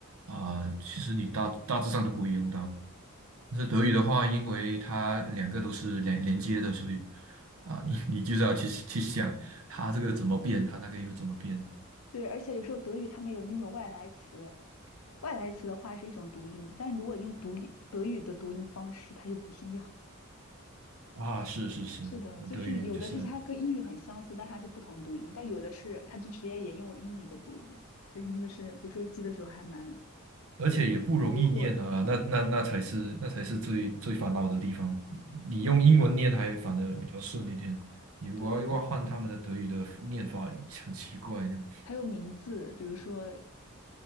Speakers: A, on the right; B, on the left.
A: 啊、其实你大大致上都不会用到。但是德语的话，
B: 是的。
A: 因为它两个都是连连接的，所以啊，你你就是要去去想它这个怎么变，它那个又怎么变
B: 对，而且有时候德语他们有那种外来词，外来词的话是一种读音，但如果用读音德语的读音方式，它就不一样。
A: 啊？是是是，
B: <laughs> 是的，
A: 那德语就是，
B: 就是有的是它跟英语很相似，但是它是不同读音，但有的是它就直接沿用英语的读音，所以就是有时候记的时候还蛮
A: 而且也不容易念啊，
B: 疑惑的。
A: 那那那才是那才是最最烦恼的地方。你用英文念还反的比较顺一点，你如果要要换他们的德语的念法，
B: 对，
A: 很奇怪那样。
B: 还有名字，比如说